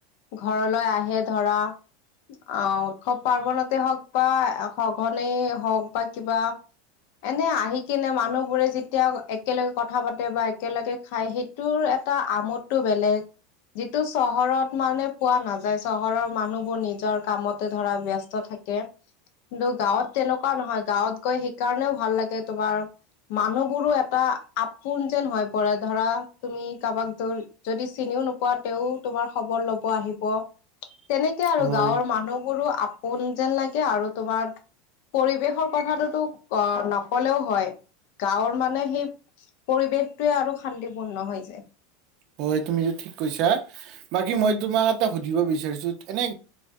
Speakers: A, on the left; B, on the right.
A: ঘৰলৈ আহে ধৰা। অ', উৎসৱ পাৰ্বনতে হওঁক বা সঘনে হওঁক বা কিবা এনে আহি কিনে মানুহবোৰে এতিয়া একেলগে কথা পাতে বা একেলগে খাই সেইটোৰ এটা আমোদটো বেলেগ। যিটো চহৰত মানে পোৱা নাযায় চহৰৰ মানুহবোৰ নিজৰ কামতে ধৰা ব্যস্ত থাকে। <inaudible> কিন্তু গাঁৱত তেনেকুৱা নহয় গাঁৱত গৈ সেইকাৰণেও ভাল লাগে তোমাৰ মানুহ মোৰো এটা আপোন যেন হৈ পৰে ধৰা তুমি কাৰোবাক দোৰ যদি চিনিও পোৱা তেওঁ তোমাৰ খবৰ ল'ব আহিব।
B: <inaudible>
A: তেনেকে আৰু
B: হয়
A: গাঁৱৰ মানুহবোৰো আপোন যেন লাগে আৰু তোমাৰ পৰিৱেশৰ কথাটোতো অ' নকলেওঁ হয় গাঁৱৰ মানে সেই পৰিৱেশটোৱে আৰু শান্তিপূৰ্ণ হৈ যায়।
B: হয়, তুমি এইটো ঠিক কৈছা বাকী মই
A: উম
B: তোমাক কথা এটা সুধিব বিচাৰিছোঁ এনে